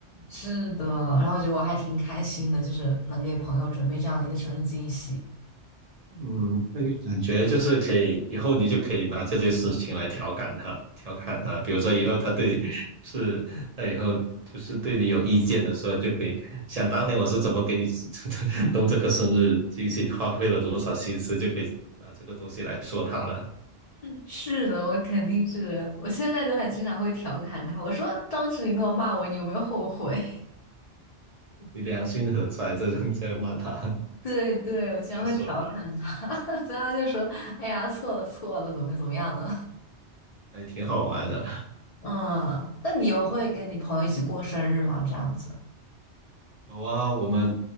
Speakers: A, on the left; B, on the right.
A: 是的，然后我觉得我还挺开心的，就是能给朋友准备这样的一个生日惊喜。
B: 嗯，那个感觉就是可以，以后你就可以拿这件事情来调侃他，调侃他。比如说以后他对你是，那以后就是对你有意见的时候，就可以想当年我是怎么给你 <laughs> 弄这个生日惊喜，花费了多少心思，就可以拿这个东西来说他了。
A: 是的，我肯定是的，我现在都还经常会调侃他。我说当时你那么骂我，你有没有后悔？
B: 你良心何在？这种这样骂他，<laughs>
A: <laughs> 对对，我经常会调侃他，
B: 就说他，
A: <laughs> 然后就说：“哎呀，错了错了，怎么怎么样的？”
B: 还挺好玩的。
A: 嗯，那你有会跟你朋友一起过生日吗？这样子？
B: 有啊，我们